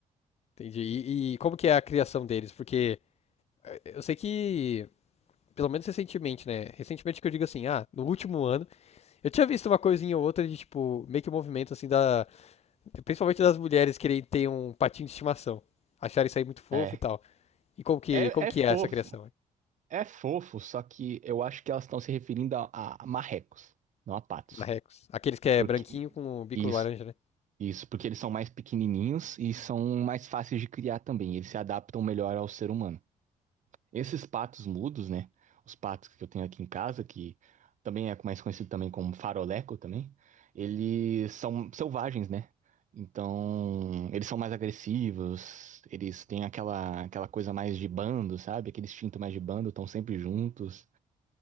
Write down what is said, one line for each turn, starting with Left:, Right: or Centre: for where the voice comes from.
Left: entendi. E, e como que é a criação deles? Porque eh, eu sei que, pelo menos recentemente, né? Recentemente que eu digo assim, ah, no último ano, eu tinha visto uma coisinha ou outra de, tipo, meio que um movimento assim da. Principalmente das mulheres querem ter um patinho de estimação. Acharem isso aí muito fofo
Right: É.
Left: e tal. E como que,
Right: É,
Left: como
Right: é
Left: que
Right: fofo.
Left: é essa criação? hein?
Right: É fofo, só que eu acho que elas estão se referindo a, a- marrecos, não a patos.
Left: Na Rex. Aqueles que é
Right: Porque
Left: branquinho com o bico
Right: isso,
Left: laranja, né?
Right: isso, porque eles são mais pequenininhos e são mais fáceis de criar também. Eles se adaptam melhor ao ser humano. Esses patos mudos, né? Os patos que eu tenho aqui em casa, que também é mais conhecido também como faroleco também, eles são selvagens, né? Então, eles são mais agressivos, eles têm aquela, aquela coisa mais de bando, sabe? Aquele instinto mais de bando, estão sempre juntos.